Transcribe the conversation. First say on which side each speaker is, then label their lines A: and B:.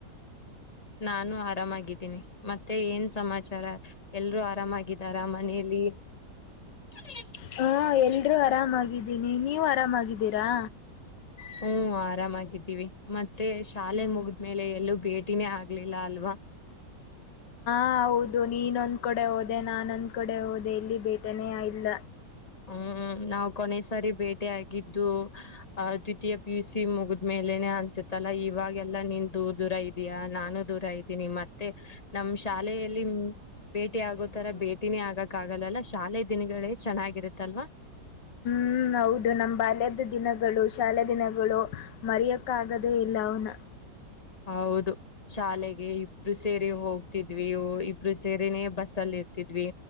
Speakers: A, on the left; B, on the left.
A: ನಾನು ಆರಾಮಾಗಿದ್ದೀನಿ ಮತ್ತೆ ಏನ್ ಸಮಾಚಾರ ಎಲ್ರುೂ ಆರಾಮಾಗಿದ್ದಾರ ಮನೆಯಲ್ಲಿ <inaudible>
B: ಹಾ ಎಲ್ರೂ ಆರಾಮಾಗಿದ್ದೀನಿ ನೀವು ಆರಾಮಾಗಿದ್ದೀರಾ
A: ಹ್ಮ ಆರಾಮಾಗಿದ್ದೀವಿ ಮತ್ತೆ ಶಾಲೆ
B: ಹ್ಮ್
A: ಮುಗಿದ್ಮೇಲೆ ಎಲ್ಲೂ ಭೇಟಿನೇ ಆಗ್ಲಿಲ್ಲ ಅಲ್ವಾ <inaudible>
B: ಹ ಹೌದು ನೀನೊಂದ್ ಕಡೆ ಹೋದೆ ನಾನೊಂದ್ ಕಡೆ ಹೋದೆ ಇಲ್ಲಿ ಬೇಟನೇ ಇಲ್ಲ
A: ಹ್ಮ್ ನಾವು ಕೊನೆ ಸಾರಿ ಬೇಟೆ ಆಗಿದ್ದು ಅ ದ್ವಿತೀಯ ಪಿ ಯು ಸಿ ಮುಗಿದ್ ಮೇಲೆನೆ ಅನ್ಸುತ್ತೆ ಗತ್ತಲ್ಲಾ ಇವಾಗೆಲ್ಲಾ ನೀನ್ ದೂರ ದೂರ ಇದಯಾ ನಾನು ದೂರ ಇದ್ದೀನಿ ಮತ್ತೆ ನಮ ಶಾಲೆಯಲ್ಲಿ ಭೇಟಿ ಆಗೋ ತರ ಭೇಟಿನೇ ಆಗಕ್ ಆಗಲ್ಲಲ್ಲ ಶಾಲೆ ದಿನಗಳೇ ಚೆನ್ನಾಗಿರುತ್ತೆ ತಲ್ವಾ
B: ಹ್ಮ್ ಹೌದು ನಮ್ ಬಾಲ್ಯದ ದಿನಗಳು ಶಾಲೆ ದಿನಗಳು ಮರಿಯಕ್ ಆಗದೇ ಇಲ್ಲ ಅವುನ
A: ಹೌದು ಶಾಲೆಗೆ ಇಬ್ರು ಸೇರಿ ಹೋಗ ತಿದ್ವಿ ಇಬ್ಬರು ಸೇರೇನೇ ಬಸ್ಸ ಅಲ್ಲಿ ಇರ್ತಿದ್ವಿ